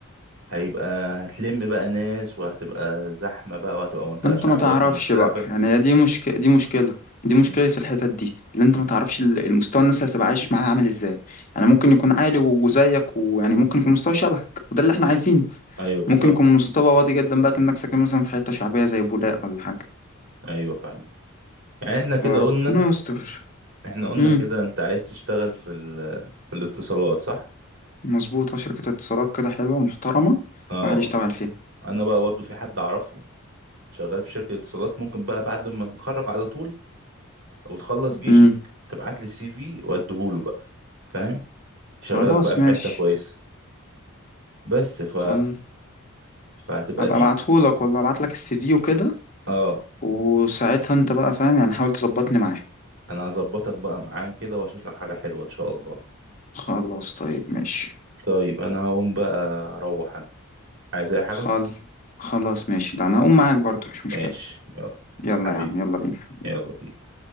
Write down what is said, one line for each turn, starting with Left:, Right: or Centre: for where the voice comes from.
Right: هيبقى هتلم بقى ناس وهتبقى زحمة بقى وهتبقى منطقة
Left: انت
Right: شعبية
Left: ما تعرفش
Right: في المستقبل
Left: بقى يعني هي دي
Right: ولا
Left: مشكلة دي مشكلة دي مشكلة
Right: مم.
Left: الحتت دي اللي انت ما تعرفش ال- المستوى الناس اللي هتبقى عايش معاه عامل ازاي يعني ممكن يكون عالي و- وزيك ويعني ممكن يكون مستوى شبهك وده اللي احنا
Right: أيوة.
Left: عايزينه
Right: ايوه بالظبط
Left: ممكن يكون مستوى واطي جدا بقى كأنك ساكن مثلا في حتة شعبية زي بولاق ولا حاجة
Right: ايوه فاهم يعني احنا
Left: فربنا
Right: كده قلنا
Left: يستر
Right: احنا قلنا
Left: امم
Right: كده انت عايز تشتغل في ال... في الاتصالات صح
Left: مظبوطة شركة اتصالات كده حلوة محترمة
Right: اه
Left: الواحد يشتغل فيها
Right: انا بقى برضو في حد اعرفه شغال في شركة اتصالات ممكن بقى بعد ما تتخرج على طول او تخلص جيشك
Left: امم
Right: تبعت لي السي في واديهوله بقى، فاهم يشغلك
Left: خلاص
Right: بقى في
Left: ماشي
Right: حتة كويسة بس ف
Left: خل...
Right: فهتبقى
Left: ابقى
Right: دي
Left: ابعتهولك والله ابعتلك السي في وكده
Right: اه
Left: وساعتها انت بقى فاهم يعني حاول تظبطني معاه
Right: انا هظبطك بقى معاه كده وهشوف لك حاجة حلوة ان شاء الله
Left: خلاص طيب ماشي
Right: طيب انا هقوم بقى اروح انا عايز اي حاجة
Left: خل... خلاص ماشي ده انا هقوم معاك برضه مش مشكلة
Right: ماشي يلا
Left: يلا
Right: حبيبي
Left: يا عم يلا بينا
Right: يلا بينا